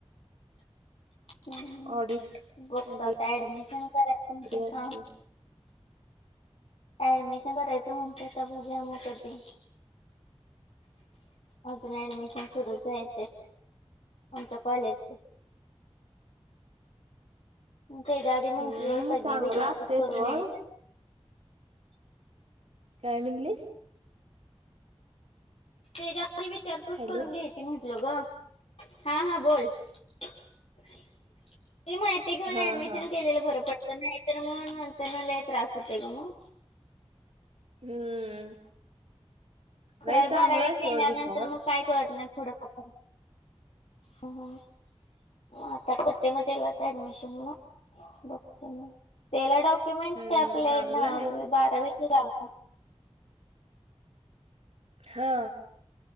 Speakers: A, on the left; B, on the right.
A: ह
B: ऑडिट
A: बघतो
B: वगैरे
A: आत्ता ऍडमिशन करा <inaudible>
B: असते.
A: हा ऍडमिशन करायचं म्हणतोय आता बघूया मग कधी अजून ऍडमिशन सुरूच व्हायचेय आमच्या कॉलेजच त्याज्या आधी
B: हम्म
A: म्हटलो सगळी
B: चांगलं
A: विचारपूस
B: असतय
A: करून
B: सोड.
A: घ्यायच
B: काय म्हणलीस
A: त्याज्या आधी विचारपूस
B: हॅलो.
A: करून घ्यायची म्हटलो ग हा हा बोल ते मा ते ग
B: हा
A: ऍडमिशन
B: हा.
A: केलेलं बरं पडत नाही तर मग नंतरन लय त्रास होते ग मग
B: हम्म
A: अकरावी
B: नाही चांगला
A: बारावीकेल्यानंतर
B: आहे सोड बी कॉम
A: मग काय कळत नाही फूड का ह ह म आता करते मग त्यालाच ऍडमिशन मग बघते मग त्याला डॉक्युमेंट्स
B: हम्म
A: काय आपले
B: चांगलं
A: दहावी
B: आहेस.
A: बारावीची लागणार
B: हा